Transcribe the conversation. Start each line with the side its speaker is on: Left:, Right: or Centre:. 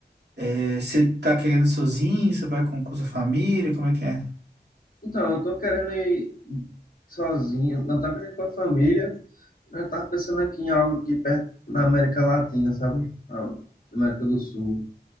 Right: é, você tá querendo ir sozinho? Você vai com, com sua família? Como é que é?
Left: Então, eu tô querendo ir sozinho, não tô querendo ir com a família. Eu tava pensando aqui em algo aqui perto na América Latina, sabe? Na América do Sul.